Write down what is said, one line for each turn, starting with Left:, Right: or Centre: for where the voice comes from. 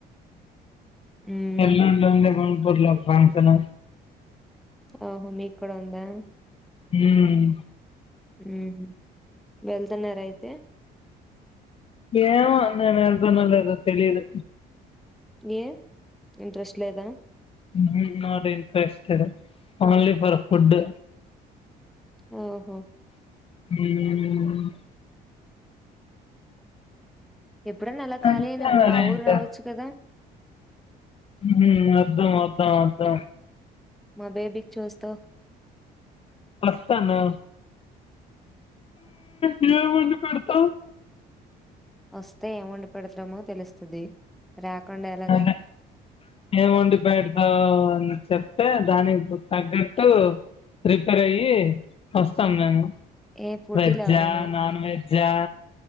Centre: ఉమ్
Left: ఎలా ర్ లో ఫ్రాన్సన
Centre: హ మీక్కడ ఉందా
Left: హ్మ్
Centre: హు హ్మ్ వెళ్తున్నరా అయితే
Left: ఏమో నేను వెళ్తానో లేదో తెలీదు
Centre: ఏ ఇంట్రెస్ట్ లేదా
Left: హు హు not interested only for food
Centre: ఓ హో
Left: మ్మ్
Centre: ఎప్పుడన్నా అలా ఖాళీ
Left: అంతే
Centre: అయినప్పుడు
Left: మరి
Centre: మా ఊరు
Left: ఇంకా
Centre: రావచ్చు కదా
Left: మ్మ్ హు వద్దాం వద్దాం వద్దాం
Centre: మా బేబికి చూస్తో
Left: వస్తాను చూ పెడుతా
Centre: వస్తే ఏం వండి పెడతామో తెలుస్తది రాకుండా ఎలాగా
Left: అదే ఏం వండి పెడతావ్ అన్ చెప్ తే దానికి తగ్గట్టు ప్రిపేర్ అయ్యి వస్తాం మేము
Centre: ఏ ఫుడ్డీ
Left: వెజ్జా
Centre: లవరా
Left: నాన్ వెజ్జా